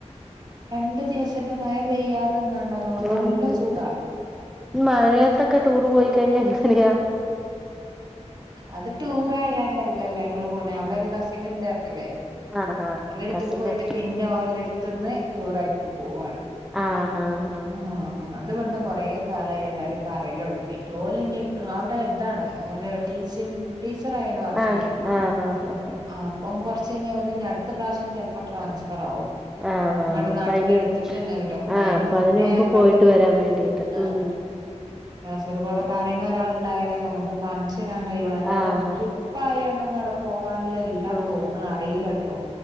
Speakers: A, on the right; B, in the centre.
A: രണ്ടു ദിവസത്തെ മഴ പെയ്യാതെന്നാണ്ടല്ലോ
B: ഉം
A: നല്ല
B: ഉം
A: ചൂടാ
B: മഴയത്തൊക്കെ ടൂർ പോയി കഴിഞ്ഞ എങ്ങനെയാ
A: അത് ടൂർ ആായാണ്ടല്ലല്ലോ ഞങ്ങള് പോണ അവിടെ ഒരു കസിൻ ഉണ്ട് അല്ലെ
B: ആഹ് ആഹ്
A: ഓല ടത്തേക്ക്
B: കസിന്റെ
A: പോയിട്ട് പിന്നെ ഓല ടുത്തു നിന്ന് ടൂറായി പോവയാണ്
B: ആഹ് ആഹ്
A: ആ അത്വിടുന്ന് കൊറ കല എല്ലാരും പറയലോ ഒടങ്ങീട്ട് ഓല അവിടെ എന്താണ് ഓല ടീച്ചും ടീച്ചർയാണ് വർക്ക്
B: ആഹ്
A: ചെയ്യാണ്
B: ആഹ് ആഹ് ആഹ് ആഹ്
A: ആ അപ്പ കുറ ചൈഞ്ഞാൽെനി അടു ത്ത പ്രാവശ്യം ചിലപ്പോ ട്രാൻസ്ഫർ ആകും
B: ആഹ്
A: നിങ്ങളടെ
B: ആഹ് അപ്പ
A: നാട്ടന്റെ
B: അയിന്
A: അടുത്തക്കെ ഇങ്ങ കിട്ടും
B: ആഹ്
A: അതിന്
B: അപ്പൊ
A: മുന്നേ
B: മുമ്പ്
A: ഞങ്ങൾക്കത്
B: പോയിട്ട് വരാൻ വേണ്ടീട്ട്
A: ആഹ
B: ഉം
A: കാസർഗോഡോ കറിീന ഒരാൾ ഉണ്ടായാലല്ലോ നമ്മുക്ക് കാണിച്ചിടാൻ കഴിയുള്ളൂ അല്ലാതെ
B: ആഹ്
A: ട്രിപ്പായി പോാനല്ലാ
B: ആഹ്
A: തോന്നും അറിയില്ല കേട്ടോ